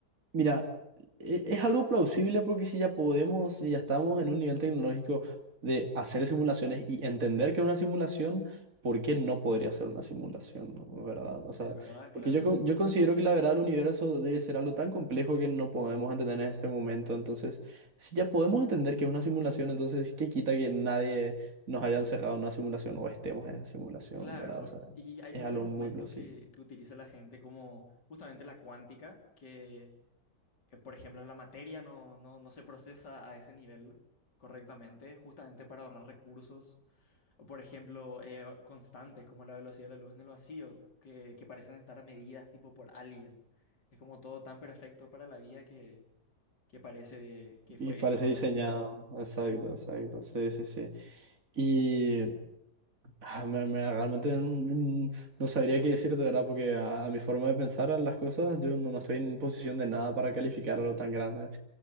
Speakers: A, on the right; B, on the left.
A: mira, e- es algo plausible porque si ya podemos, si ya estamos en un nivel tecnológico de hacer simulaciones y entender que es una simulación, ¿por qué no podría ser una simulación, no? ¿Verdad? O sea,
B: Es verdad, claro.
A: porque yo, con- yo considero que la verdad del universo debe ser algo tan complejo que no podemos entender en este momento. Entonces, si ya podemos entender que es una simulación, entonces, ¿qué quita que nadie nos haya encerrado en una simulación o estemos en esa simulación,
B: Claro,
A: ¿verdad? O sea,
B: y hay
A: es
B: muchos
A: algo
B: argumentos
A: muy plausible.
B: que, que utiliza la gente, como justamente la cuántica, que, eh, por ejemplo, la materia no, no, no se procesa a ese nivel correctamente, justamente para ahorrar recursos, o por ejemplo, eh, constantes como la velocidad de la luz en el vacío, que, que parecen estar medidas tipo por alguien. Es como todo tan perfecto para la vida que, que parece que fue
A: Y parece
B: hecho por
A: diseñado,
B: alguien.
A: exacto,
B: Sí.
A: exacto, sí, sí, sí. Y ah, me, me- realmente mm, no sabría qué decirte, ¿verdad? Porque a, a mi forma de pensar en las cosas, yo no, no estoy en posición de nada para calificar algo tan grande.